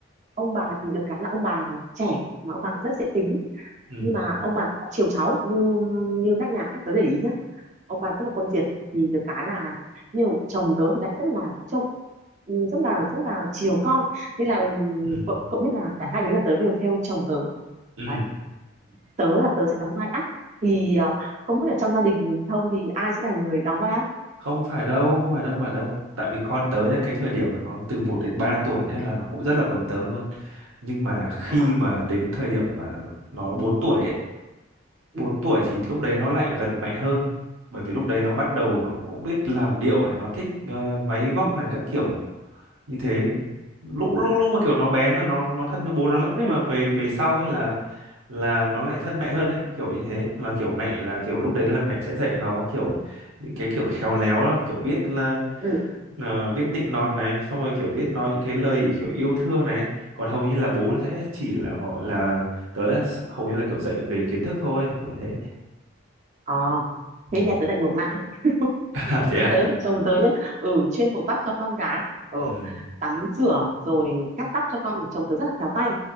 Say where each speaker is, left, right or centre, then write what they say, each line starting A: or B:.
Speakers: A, on the right; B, on the right.
A: ông bà thì được cái là ông bà trẻ mà ông bà cũng rất dễ tính
B: ừ
A: nhưng mà ông bà cũng chiều cháu như như các nhà khác tớ để ý nhá ông bà rất là quân Việt thì được cái là nhưng chồng tớ thì lại rất là trông ừ, rất là rất là chiều con nên là ừ,
B: ừ
A: cậu, cậu biết là cả hai đứa nhà tớ đều theo chồng tớ
B: ừ
A: đấy tớ là tớ sẽ đóng vai ác thì ờ, không biết là trong gia đình thông thì ai sẽ là người đóng vai ác
B: không phải đâu không phải đâu không phải đâu tại vì con tớ nhá cái thời điểm mà nó từ một đến 3 tuổi nhá là nó cũng rất là quấn tớ luôn nhưng mà khi
A: à
B: mà đến thời điểm mà nó 4 tuổi ấy,
A: ừ
B: 4 tuổi thì lúc đấy nó lại gần mẹ hơn bởi vì lúc đấy nó bắt đầu nó cũng biết làm điệu này nó thích ờ, váy vóc
A: ừ
B: này các kiểu như thế lúc lúc lúc mà kiểu nó bé là nó nó thân với bố nó lắm
A: ừ
B: nhưng mà về về sau ấy là là nó lại thân mẹ hơn đấy kiểu như thế là kiểu mẹ là kiểu lúc đấy là mẹ sẽ dạy nó kiểu những cái kiểu khéo léo lắm kiểu biết là
A: ừ
B: ờ, biết nịnh nọt này xong rồi kiểu biết nói những cái lời kiểu yêu thương này còn hầu như là bố sẽ chỉ là gọi là tớ hầu như là kiểu dạy về kiến thức thôi kiểu như thế
A: ờ thế
B: Ừ.
A: nhà tớ lại ngược lại
B: <laughs> À, thế
A: nhà
B: à?
A: tớ thì chồng tớ nhá ừ chuyên buộc tóc cho con gái ừ
B: ừ
A: tắm rửa rồi cắt tóc cho con chồng tớ rất là khéo tay